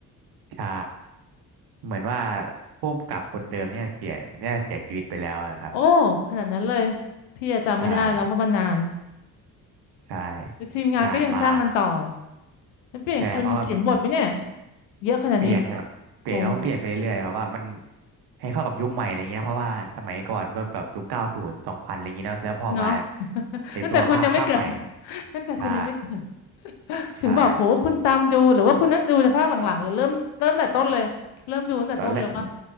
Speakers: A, on the right; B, on the left.
A: ใช่ เหมือนว่าผู้กำกับคนเดิมเนี่ยเสียเนี่ยเสียชีวิตไปแล้วนะครับ
B: โอ้ขนาดนั้นเลยพี่อะจำไม่ได้แล้วเพราะมันนาน
A: ใช่ใช่
B: แล้วทีมงานก็ยังสร้างกันต่อ
A: นานมาก
B: แล้วเปลี่ยนคนเขียนบทไหมเนี่ย
A: ใช่ครับเพราะว่า
B: เยอะขนาดนี้
A: เปลี่ยนครับเปลี่ยนเขาก็เปลี่ยนไปเรื่อยๆแบบว่ามัน
B: โห
A: ให้เข้ากับยุคใหม่อะไรเงี้ยเพราะว่าสมัยก่อนมันก็แบบยุคเก้าศูนย์สองพันอะไรเงงี้ยเนอะแล้วพอมา
B: เนาะ <laughs>
A: ไอตัวภาคภาคใหม่
B: ตั้งแต่คุณยังไม่เกิด <laughs> ตั้งแต่คุณยังไม่เกิด
A: ใช่ใช่
B: ถึงบอกโหคุณตามดูหรือว่าคุณนั่งดูแต่ภาคหลังๆเลยเริ่มเริ่มแต่ต้นเลยเริ่มดูตั้งแต่ต้นเลยป่ะ
A: ตอนแรก